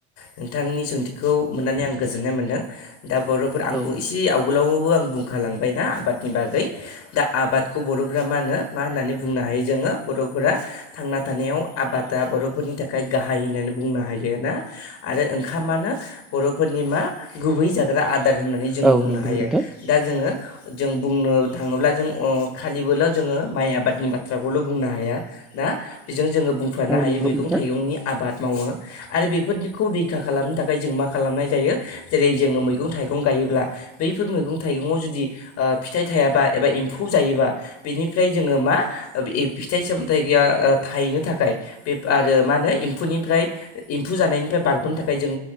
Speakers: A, on the left; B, in the centre.
A: नोंथांनि सोंथिखौ मोननानै आं गोजोननाय मोनदों। दा बर'फोर आं
B: औ
A: बु इसे आवगोलावबो आं बुं खालांबायना आबादनि बागै दा आबादखौ बर'फोरा मा होनो मा होननानै बुंनो हायो जोङो बर'फोरा थांना थानायाव आबादा बर'फोरनि थाखाय गाहाय होननानै बुंनो हायो ना आरो ओंखामानो बर'फोरनि मा गुबै जाग्रा आद दार होननानै जों
B: औ
A: बुंनो
B: नंगौ
A: हायो
B: नोंथां
A: दा जोङो जों बुंनो थाङोब्ला जों अ खालिबोल' जोङो माइ आबादनि बाथ्राखौल' बुंनो हाया दा बिजों जोङो बुंफोरनो
B: औ
A: हायो
B: नंगौ
A: मैगं
B: नोंथां
A: थाइगंनि आबाद। मावो आरो बेफोरदिखौ रैखा खालामनो थाखाय जों मा खालामनाय जायो? जेरै जोङो मैगं थाइगं गायोब्ला बैफोर मैगं थाइगंआव जुदि ओ फिथाइ थायाबा एबा एम्फौ जायोबा बेनिफ्राय जोङो मा ओ ए फिथाइ सामथाया थाइनो थाखाय बे आरो मा होनो एम्फौनिफ्राय एम्फौ जानायनिफ्राय बारग'नो थाखाय जों